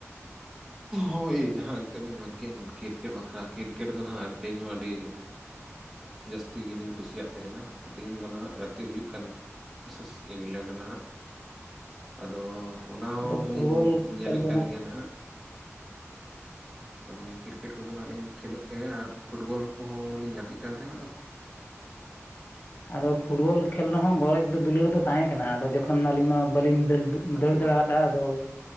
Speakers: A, in the centre; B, on the left.
A: ᱦᱳᱭ ᱡᱟᱦᱟᱸ ᱮᱱᱛᱮᱫ ᱵᱮᱱ ᱢᱮᱱᱠᱮ ᱠᱨᱤᱠᱮᱴ ᱵᱟᱠᱷᱨᱟ ᱠᱨᱤᱠᱮᱴ ᱫᱚ ᱱᱟᱦᱟᱸᱜ ᱤᱧ ᱦᱚ ᱟᱹᱰᱤ
B: <unintelligible>
A: ᱡᱟᱹᱥᱛᱤ ᱜᱤᱞᱤᱧ ᱠᱩᱥᱤᱭᱟᱜ ᱛᱟᱦᱮᱱᱟ ᱛᱮᱦᱤᱧ ᱫᱚ ᱱᱟᱦᱟᱜ ᱜᱟᱛᱮ ᱦᱩᱭᱩᱜ ᱠᱟᱱ <inaudible> ᱤᱝᱞᱮᱱᱰ ᱱᱟᱦᱟᱜ, ᱟᱫᱚ ᱚᱱᱟ ᱦᱚ
B: ᱟᱫᱚ
A: ᱸᱞᱤᱧ
B: ᱯᱷᱩᱴᱵᱚᱞ
A: ᱧᱮᱞᱮᱫ
B: ᱠᱷᱮᱞ ᱫᱚ
A: ᱠᱟᱱ
B: ᱱᱟᱜ
A: ᱜᱮᱭᱟ ᱱᱟᱦᱟᱜ, ᱟᱹᱞᱤᱧ ᱠᱨᱤᱠᱮᱴ ᱠᱚ ᱫᱚ ᱱᱟᱦᱟᱸᱜ ᱞᱤᱧ ᱠᱷᱮᱞᱳᱜ ᱜᱮᱭᱟ ᱟᱨ ᱯᱷᱩᱴᱵᱚᱞ ᱠᱚ ᱦᱚᱸ ᱞᱤᱧ ᱜᱟᱛᱮᱜ ᱠᱟᱱ ᱛᱟᱦᱮᱱᱟᱜ ᱫᱚ,
B: ᱟᱫᱚ ᱯᱷᱩᱴᱵᱚᱞ ᱠᱷᱮᱹᱞ ᱨᱮ ᱦᱚᱸ ᱜᱚᱨᱚᱡᱽ ᱫᱚ ᱫᱩᱞᱟᱹᱲ ᱫᱚ ᱛᱟᱦᱮᱸ ᱠᱟᱱᱟ ᱟᱫᱚ ᱡᱚᱠᱷᱚᱱ ᱟᱹᱞᱤᱧ ᱢᱟ ᱵᱟᱹᱞᱤᱧ ᱫᱟᱹ
A: ᱟᱫᱚ
B: ᱫᱟᱹᱲ ᱫᱟᱲᱮᱜᱼᱟ, ᱟᱫᱚ